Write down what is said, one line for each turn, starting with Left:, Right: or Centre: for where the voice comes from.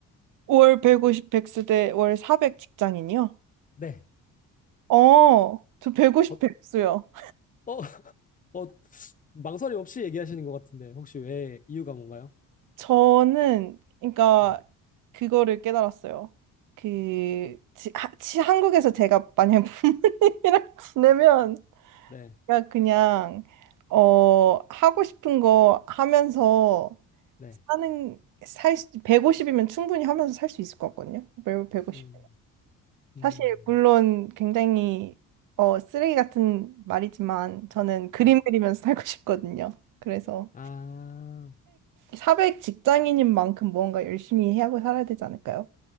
Right: 월 150 백수대 월 400 직장인이요?
Left: 네.
Right: 어, 저 150
Left: 어,
Right: 백수요.
Left: 어, <laughs> 어, 망설임 없이 얘기하시는 것 같은데, 혹시 왜, 이유가 뭔가요?
Right: 저는 그러니까
Left: 네,
Right: 그거를 깨달았어요. 그 지, 하, 치, 한국에서 제가 만약 부모님이랑 <laughs> 지내면
Left: 네,
Right: 제가 그냥 어 하고 싶은 거 하면서
Left: 네.
Right: 사는 살 150이면 충분히 하면서 살 수 있을 것 같거든요. 매월 150.
Left: 음, 음,
Right: 사실 물론 굉장히 어, 쓰레기 같은 말이지만 저는 그림
Left: 네.
Right: 그리면서 <laughs> 살고 싶거든요. 그래서
Left: 아,
Right: 400, 직장인인 만큼 무언가 열심히 하고 살아야 되지 않을까요?